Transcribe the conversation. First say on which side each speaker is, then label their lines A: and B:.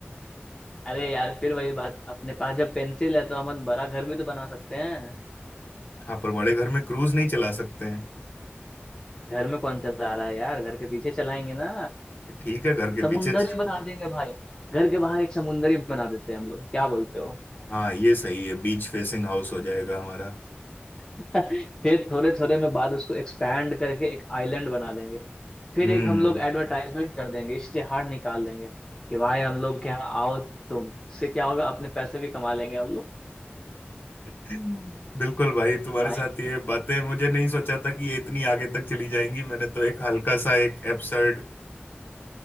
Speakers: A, on the left (about 20°); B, on the left (about 60°).
A: अरे यार फिर वही बात अपने पास जब पेंसिल है तो हम बड़ा घर भी तो बना सकते हैं
B: हाँ पर बड़े घर में क्रूज नहीं चला सकते हैं
A: घर में कौन चला रहा है यार घर के पीछे चलाएंगे ना
B: ठीक है घर के
A: समुंदर
B: पीछे
A: ही बना देंगे भाई घर के बाहर एक समुंदर ही बना देते हैं हम लोग क्या बोलते हो
B: हाँ ये सही है बीच फेसिंग हाउस हो जाएगा हमारा
A: फिर थोड़े थोड़े में बाद उसको एक्सपैंड करके एक आइलैंड बना देंगे फिर
B: हम्म
A: एक हम लोग एडवर्टाइजमेंट कर देंगे इश्तेहार निकाल देंगे कि भाई हम लोग के यहाँ आओ तुम इससे क्या होगा अपने पैसे भी कमा लेंगे हम लोग
B: <laughs> बिल्कुल भाई तुम्हारे
A: भाई
B: साथ ये बातें मुझे नहीं सोचा था कि ये इतनी आगे तक चली जाएंगी मैंने तो एक हल्का सा एक एब्सर्ड